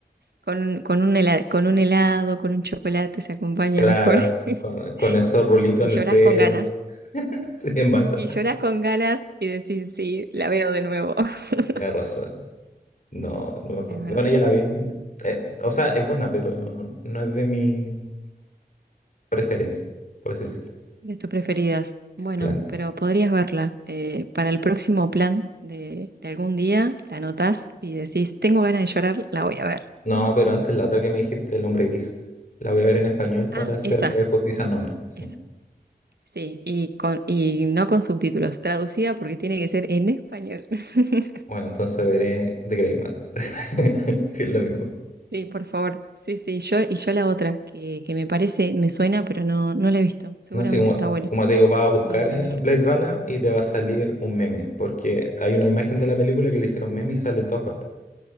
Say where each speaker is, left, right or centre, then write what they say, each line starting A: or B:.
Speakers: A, on the right (about 75°); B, on the left (about 50°).
A: Con, un- con un helado, con un helado, con un chocolate se acompaña
B: Claro,
A: mejor. <laughs>
B: con, con esos rulitos
A: Y
B: en
A: lloras
B: el pelo,
A: con ganas.
B: <laughs> sí, en bata.
A: Y lloras con ganas y decís, sí, la veo de nuevo. <laughs>
B: Tienes razón. No, no mejor.
A: Es verdad.
B: Bueno, ya la vi. Eh, o sea, es buena, pero no es de mi preferencia, por así
A: De
B: decirlo.
A: de tus preferidas. Bueno,
B: Claro.
A: pero podrías verla. eh, para el próximo plan de, de algún día, la anotás y decís, tengo ganas de llorar, la voy a ver.
B: No, pero antes la otra que me dijiste, El hombre gris. La voy a ver en español para
A: Ah,
B: hacerle
A: esa,
B: justicia al nombre. sí.
A: esa. Sí, y, con, y no con subtítulos, traducida porque tiene que ser en español. <laughs>
B: Bueno, entonces veré The Grey Man. <laughs> Es lo mismo.
A: Sí, por favor. Sí, sí, yo y yo la otra, que, que me parece, me suena, pero no, no la he visto. Seguramente
B: No sé, como,
A: está buena.
B: como te digo, vas a buscar
A: Blade Runner.
B: eh, Blade Runner y te va a salir un meme. Porque hay una imagen de la película que le hicieron meme y sale en todas partes.